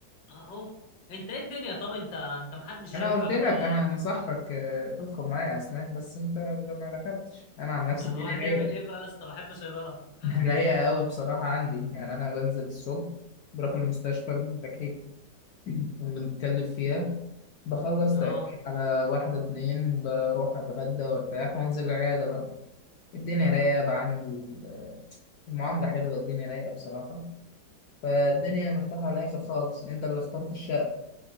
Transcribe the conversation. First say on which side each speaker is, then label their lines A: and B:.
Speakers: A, on the left; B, on the left.
A: اهو انت ايه الدنيا طب انت انت محدش
B: انا
A: شايفك
B: قلت لك
A: ولا
B: انا انا صاحبك آه، تدخل معايا اسنان بس انت ده ما دخلتش انا عن نفسي
A: اهو
B: الدنيا
A: هنعمل
B: رايقه
A: ايه بقى يا اسطى بحب صيدلة <laughs>
B: <laughs> رايقه قوي بصراحه عندي يعني انا بنزل الصبح بروح المستشفى التكليف <clears throat> اللي متكلف فيها بخلص
A: اه
B: تقريبا على واحدة اتنين بروح أتغدى وأرتاح وأنزل العيادة بقى الدنيا رايقة بعمل المعاملة حلوة الدنيا رايقة بصراحة فالدنيا مرتاحة على الآخر خالص أنت اللي اخترت الشغل